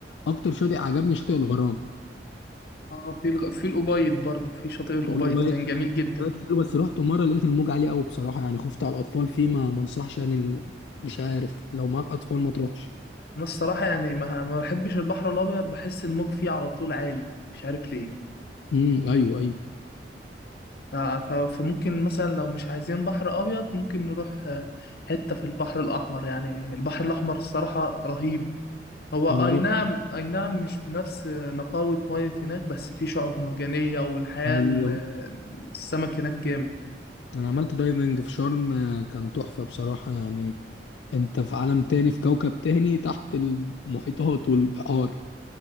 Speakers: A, on the left; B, on the left.
A: اكتر شاطئ عجبني شاطئ الغرام
B: اه في الغ... في الأبيض برضه في شاطئ الأبيض
A: والأوباية
B: كان جميل جدا
A: بقت حلوه بس رحت مره لقيت الموج عالي قوي بصراحه يعني خفت على الاطفال فيه ما ما انصحش يعني ال... مش عارف لو معاك اطفال ما تروحش
B: أنا الصراحة يعني ما, ما بحبش البحر الأبيض بحس الموج فيه على طول عالي مش عارف ليه
A: امم ايوه ايوه
B: ف... ف... فممكن مثلا لو مش عايزين بحر أبيض ممكن نروح آه، حتة في البحر الأحمر يعني البحر الأحمر الصراحة رهيب هو
A: انا
B: أي
A: رحت
B: نعم أي نعم مش بنفس نقاوة مية هناك بس في شعاب مرجانية والحياة
A: ايوه
B: ال- السمك هناك جامد
A: انا عملت دايفنج في شرم آه، كان تحفه بصراحه يعني انت في عالم تاني في كوكب تاني تحت المحيطات والبحار